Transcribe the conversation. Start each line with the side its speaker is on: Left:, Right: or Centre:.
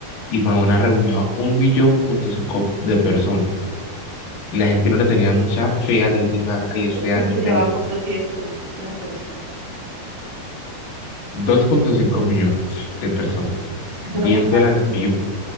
Left: y Madonna reunió a un millón punto cinco de personas. Y la gente no le tenía mucha fe a Lady Gaga y este
Right: porque
Left: año
Right: es que lleva
Left: ya llenó
Right: mucho tiempo, se me parece.
Left: dos punto cinco millones de personas
Right: Es que eso
Left: viéndola
Right: era mucha gente
Left: en vivo.